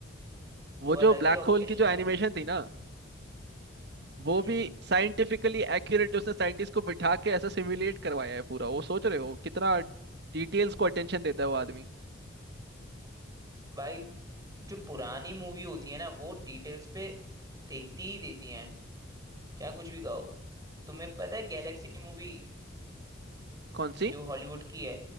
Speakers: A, on the right; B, on the right.
A: वो
B: वो अलग
A: जो ब्लैक
B: ही ऑब्सेशन
A: होल की जो एनिमेशन
B: है
A: थी ना वो
B: हम्म
A: भी साइंटिफिकली एक्यूरेट उसने साइंटिस्ट को बिठा के ऐसा सिमुलेट करवाया है पूरा वो सोच रहे हो कितना डिटेल्स को अटेंशन देता है वो आदमी
B: भाई जो पुरानी मूवी होती है ना वो डिटेल्स पे देखती ही देती हैं चाहे कुछ भी कहो तुम्हें पता है गैलेक्सी मूवी
A: कौन सी
B: जो हॉलीवुड की है